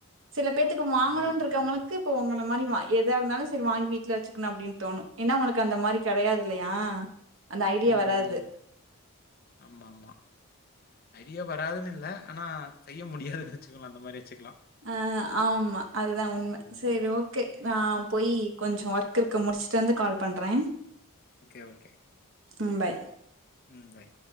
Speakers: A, on the right (about 60°); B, on the left (about 40°).
A: சில பேத்துக்கு வாங்கணும்னு
B: ம்,
A: இருக்கவங்களுக்கு
B: ம்.
A: இப்போ உங்கள மாரி மா எதா இருந்தாலு சரி வாங்கி வீட்டுல வச்சுக்கணு அப்டின்னு தோணு ஏன்னா ஒனக்கு அந்த மாரி கெடையாது இல்லையா அந்த ஐடியா
B: ம்,
A: வராது
B: ம். ஆமாமா. ஐடியா வராதுன்னு இல்ல ஆனா செய்ய முடியாதுன்னு வெச்சுக்கலா அந்த மாரி வச்சுக்கலா
A: ஆஹ் ஆமா அதுதான் உண்மை
B: ம்.
A: சரி ஓகே
B: சரி.
A: நான் போய் கொஞ்சம் ஒர்க் முடிச்சுட்டு வந்து கால் பண்றேன்
B: ஓகே ஓகே
A: ம் பாய்
B: உம் பாய்